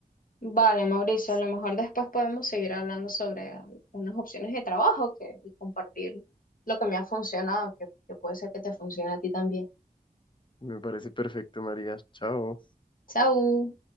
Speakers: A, on the left; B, on the left.
A: Vale, Mauricio,
B: Entonces,
A: a lo mejor después podemos seguir hablando sobre unas opciones de trabajo que, y compartir lo que me ha funcionado, que, que puede ser que te funcione a ti también.
B: me parece perfecto, María. Chao.
A: Chao.